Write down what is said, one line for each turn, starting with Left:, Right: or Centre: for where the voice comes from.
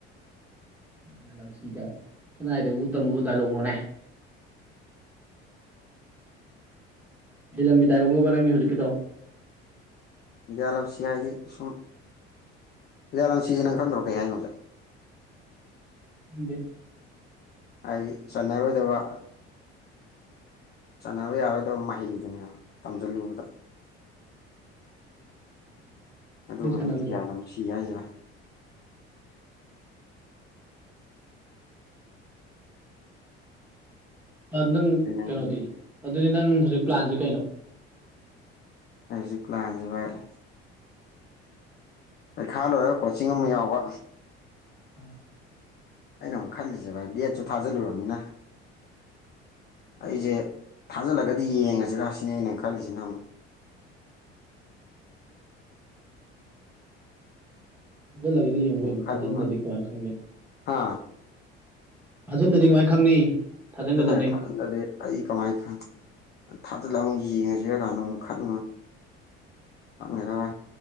Centre: ꯌꯥ ꯂꯝꯁꯤ ꯀꯥꯏ ꯀꯅꯥꯏꯗꯕꯨ ꯇꯝꯃꯨꯕ ꯗꯥꯏꯂꯣꯛꯅꯣꯅꯦ꯫ ꯂꯤꯂꯝꯒꯤ ꯗꯥꯏꯂꯣꯛꯅꯣꯕ ꯅꯪꯅꯤ ꯍꯧꯖꯤꯛꯀꯤꯗꯣ꯫
Left: ꯕꯤꯗꯤꯌꯥꯂꯧꯁꯤ ꯍꯥꯏꯗꯤ ꯁꯨꯝ꯫ ꯌꯥꯂꯝꯁꯤꯁꯦ ꯅꯪ ꯈꯪꯗꯣꯔ ꯀꯩ ꯍꯥꯏꯅꯣ ꯖꯦ꯫
Centre: ꯗꯦ꯫
Left: ꯍꯥꯏꯗꯤ ꯆꯥꯟꯅꯔꯣꯏꯗꯕ꯫ ꯆꯥꯟꯅꯕ ꯌꯥꯔꯣꯏꯗꯕ ꯃꯍꯩꯗꯨꯅꯦ ꯇꯝꯁꯤꯜꯂꯨꯕꯗ꯫
Centre: <unintelligible> ꯑꯩꯈꯣꯏ
Left: ꯑꯗꯨꯒꯅꯤ
Centre: ꯁꯥꯟꯅꯕꯁꯦ
Left: ꯕꯤꯗ꯭ꯌꯥꯂꯝꯁꯤ ꯍꯥꯏꯁꯦ꯫
Centre: ꯅꯪ
Left: ꯑꯗꯩ ꯅꯪꯒꯤ
Centre: ꯀꯩꯅꯣꯗꯤ ꯑꯗꯨꯗꯤ ꯅꯪ ꯍꯧꯖꯤꯛ ꯄ꯭ꯂꯥꯟꯁꯦ ꯀꯩꯅꯣ꯫
Left: ꯑꯩꯁꯦ ꯄ꯭ꯂꯥꯟꯁꯤ ꯚꯥꯏ꯫ ꯄꯩꯈꯥ ꯂꯣꯏꯔꯒ ꯀꯣꯆꯤꯡ ꯑꯃ ꯌꯥꯎꯕ꯫
Centre: ꯎꯝ꯫
Left: ꯑꯩꯅ ꯑꯃꯨꯛ ꯈꯜꯂꯤꯁꯦ ꯚꯥꯏ ꯕꯦꯠꯁꯨ ꯊꯥꯖꯤꯜꯂꯨꯔꯕꯅꯤꯅ꯫ ꯑꯩꯁꯦ ꯊꯥꯖꯤꯜꯂꯒꯗꯤ ꯌꯦꯡꯉꯁꯤꯔ ꯁꯤꯅꯦ ꯑꯩꯅ ꯈꯜꯂꯤꯁꯤꯅ ꯑꯃꯨꯛ꯫
Centre: ꯊꯥꯖꯤꯜꯂꯒꯗꯤ ꯌꯦꯡꯉꯨꯀꯩꯅꯣ
Left: ꯑꯃꯨꯛ ꯈꯟꯕ
Centre: ꯊꯥꯖꯟꯗꯗꯤ ꯀꯃꯥꯏꯅ ꯈꯪꯅꯤ꯫
Left: ꯍꯥ
Centre: ꯊꯥꯖꯤꯟꯗꯗꯤ ꯀꯃꯥꯏꯅ ꯈꯪꯅꯤ꯫ ꯊꯥꯖꯟꯒꯗꯕꯅꯤ
Left: ꯑꯗꯨꯅ ꯊꯥꯍꯟꯗꯗꯦ ꯑꯩ ꯀꯃꯥꯏꯅ ꯈꯪ꯫ ꯊꯥꯖꯤꯜꯂ ꯑꯃꯨꯛ ꯌꯦꯡꯉꯁꯤꯔꯀꯥꯟꯗ ꯑꯃꯨꯛ ꯈꯟ <unintelligible> ꯖ ꯃ